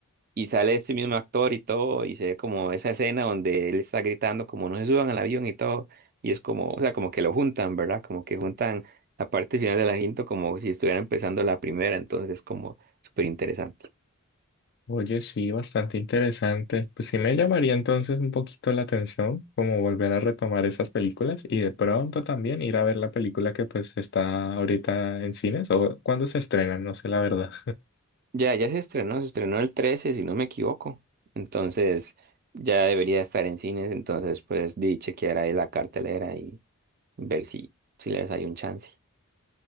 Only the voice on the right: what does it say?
y sale este mismo actor y todo, y se ve como esa escena donde él está gritando como no se suban al avión y todo, y es como, o sea, como que lo juntan, ¿verdad? Como que juntan la parte final de la cinta como si estuviera empezando la primera, entonces es como súper interesante.
Ya, ya se estrenó, se estrenó el 13 si no me equivoco, entonces ya debería estar en cines, entonces pues di chequear ahí la cartelera y ver si, si les hay un chance.